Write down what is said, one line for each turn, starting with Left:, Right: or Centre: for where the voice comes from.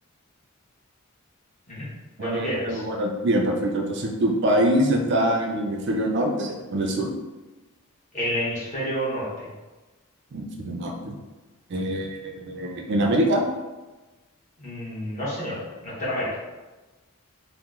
Left: Ujú, Cuando
Right: Eh,
Left: quieras.
Right: eh, bueno, bien, perfecto. Entonces, ¿tu país está en el hemisferio norte o en el sur?
Left: En el hemisferio norte.
Right: Hemisferio norte. Eh, ¿en América?
Left: Mm, No, señor, no está en América.